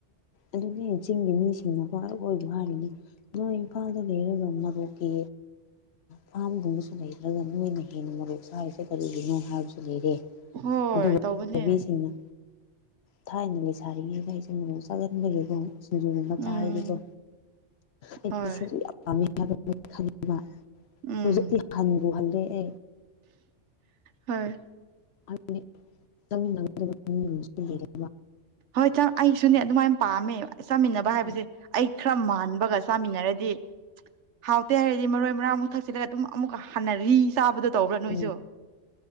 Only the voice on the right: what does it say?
ꯍꯣꯏ
ꯇꯧꯕꯅꯦ
ꯎꯝ
ꯍꯣꯏ
ꯎꯝ
ꯍꯣꯏ
ꯍꯣꯏ ꯑꯩꯁꯨꯅꯦ ꯑꯗꯨꯃꯥꯏꯅ ꯄꯥꯝꯃꯦ ꯆꯥꯃꯤꯟꯅꯕ ꯍꯥꯏꯕꯁꯦ
ꯑꯩ ꯈꯔ ꯃꯥꯟ ꯕꯒ ꯆꯥꯃꯤꯟꯅꯔꯗꯤ ꯍꯥꯎꯇꯦ ꯍꯥꯏꯔꯗꯤ ꯃꯔꯣꯏ ꯃꯔꯥꯡꯃꯨꯛ ꯊꯛꯁꯤꯂꯒ ꯑꯗꯨꯝ ꯑꯃꯨꯛꯀ ꯍꯟꯅꯔꯤ ꯆꯥꯕꯗꯣ ꯇꯧꯕ꯭ꯔꯥ ꯅꯣꯏꯁꯨ